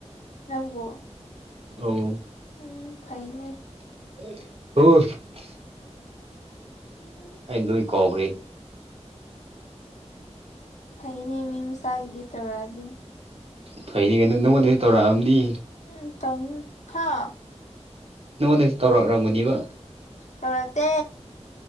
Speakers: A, on the left (about 80°); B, on the right (about 55°).
A: ꯅꯪꯕꯨ
B: ꯑꯣ
A: ꯎꯝ ꯐꯩꯅꯦ
B: <unintelligible>
A: <inaudible>
B: ꯑꯩ ꯂꯣꯏ ꯀꯥꯎꯈ꯭ꯔꯦ
A: ꯐꯩꯅꯦ ꯃꯤ ꯃꯁꯥꯒꯤꯗꯤ ꯇꯧꯔꯛꯑꯗꯤ
B: ꯐꯩꯅꯦ ꯀꯥꯅ ꯅꯪꯉꯣꯟꯗꯗꯤ ꯇꯧꯔꯛꯑꯝꯅꯤ
A: ꯎꯝ ꯇꯧꯅꯤ ꯍꯥ
B: ꯅꯪꯉꯣꯟꯗꯁꯨ ꯇꯧꯔꯛꯔꯝꯒꯅꯤꯕ
A: ꯇꯧꯔꯛꯇꯦ